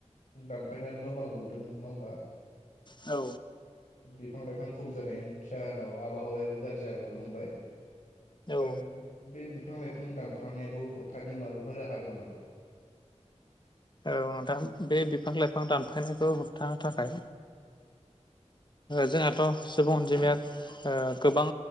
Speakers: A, on the left; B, on the left.
A: दानफायनानै न' बां लुदों नङा होमबा
B: औ
A: बिफां लाइफां खम जानायनि जाहोनाव आबहावायाबो गाज्रि जालांनो हमबाय
B: औ
A: दा बे बिफां लाइफां दानफानायखौ होबथानो माबाफोर राहा दं नामा
B: दं नोंथां बे बिफां लाइफां दानफायनायखौ होबथानो थाखाय जोंहाथ' सुबुं अनजिमाया ओ गोबां